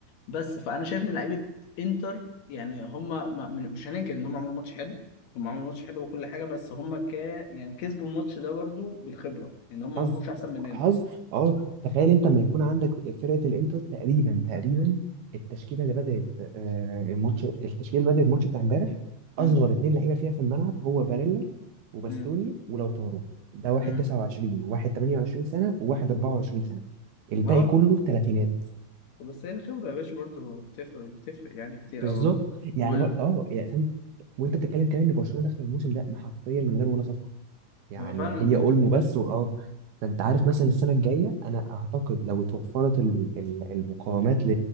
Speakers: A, on the left; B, on the right.
A: بس فانا شايف ان لعيبه انتر يعني هم ما- مش هننكر ان هم عملوا ماتش حلو هم عملوا ماتش حلو وكل حاجه بس هم ك يعني كسبوا الماتش ده برضو بالخبره ان هم
B: حظ
A: ما كانوش احسن مننا
B: حظ اه تخيل انت لما يكون عندك فرقه الانتر تقريبا تقريبا التشكيله اللي بدات آه، الماتش التشكيله اللي بدات الماتش بتاع امبارح
A: امم
B: اصغر اتنين لعيبه فيها في الملعب هو باريلا وباستوني
A: امم
B: ولوتارو ده واحد
A: امم
B: 29 وواحد 28 سنه وواحد 24 سنه الباقي
A: اه
B: كله تلاتينات
A: بس هي الخبره يا باشا برضو بتفرق بتفرق يعني كتير
B: بالظبط
A: قوي
B: يعني
A: وال...
B: بر... اه يعني فاهم وانت بتتكلم كمان ان برشلونه داخله الموسم ده حرفيا من غير ولا صفقه يعني
A: هو فعلا
B: هي اولمو بس واه فانت عارف مثلا السنه الجايه انا اعتقد لو اتوفرت ال- ال- المقاومات ل-